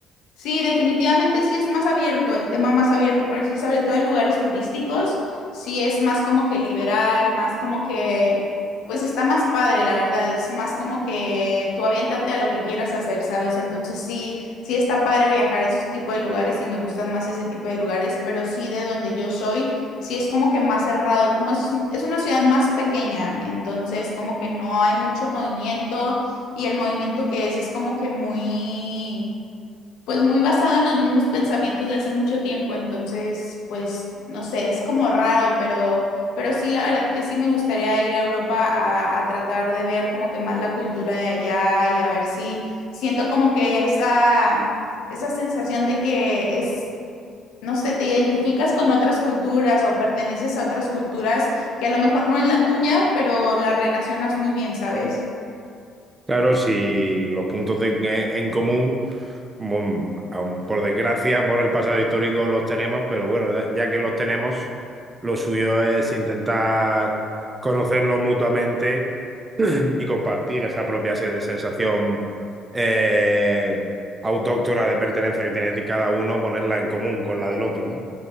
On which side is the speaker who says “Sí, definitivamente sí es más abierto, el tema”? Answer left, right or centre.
Left